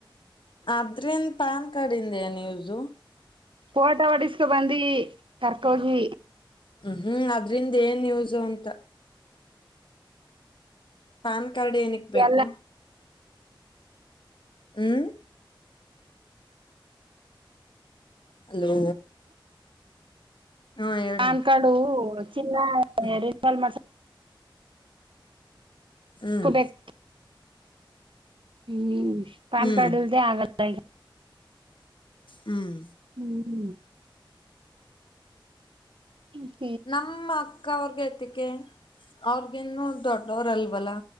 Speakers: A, on the left; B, on the right.
A: ಅದ್ರಿಂದ ಪಾನ್ ಕಾರ್ಡಿಂದ ಏನ್ ಯೂಸು.
B: ಫೋಟ ಓಡಿಸ್ಕೊ ಬಂದಿವಿ ಕರ್ಕೋಗಿ.
A: ಹ್ಮ್ ಹ್ಮ್ ಅದ್ರಿಂದ ಏನ್ ಯೂಸು ಅಂತ. ಪಾನ್ ಕಾರ್ಡ್ ಏನಿಕ್ ಬೇಕು.
B: ಎಲ್ಲ
A: ಹ್ಮ್. ಹಲೋ. ಹಾ ಹೇಳ
B: ಪಾನ್ ಕಾರ್ಡು ಚಿನ್ನ ಮತ್ತೆ
A: ಹ್ಮ್
B: ರಿನೀವಲ್ ಮಾಡ್ಸಕ್.
A: ಹ್ಮ್
B: <unintelligible> ಹ್ಮ್. ಪಾನ್
A: ಹ್ಮ್
B: ಕಾರ್ಡ್ ಇಲ್ದೆ ಆಗಲ್ಲ ಈಗ
A: <inaudible> ಹ್ಮ್.
B: ಹ್ಮ್. ಹ್ಮ್.
A: ನಮ್ಮಕ್ಕವ್ರ್ಗೆತಿಕೆ ಅವರ್ಗಿನ್ನು ದೊಡ್ಡವ್ರಲ್ವಲ್ಲಾ.